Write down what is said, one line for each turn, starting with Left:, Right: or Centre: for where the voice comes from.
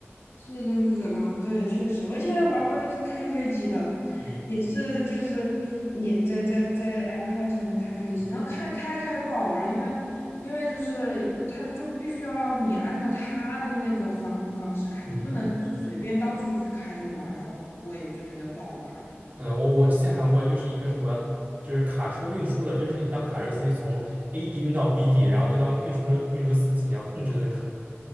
Left: 是征服者刚刚对，确实，我以前还玩过，就是开飞机的，
Right: 嗯
Left: 也是就是你在在在 iPad 上面开飞机，
Right: 嗯
Left: 然后开开开不好玩儿，因为因为就是它就必须要你按照它的那个方方式开，你不能就是随便到处去开着玩儿然后我也就觉得不好玩儿了。
Right: 嗯嗯。嗯，我我之前还玩过，就是一个什么，就是卡车运输的，就是你当卡车司机从 A 地运到 B 地，然后就当运输车运输司机，你要控制那个。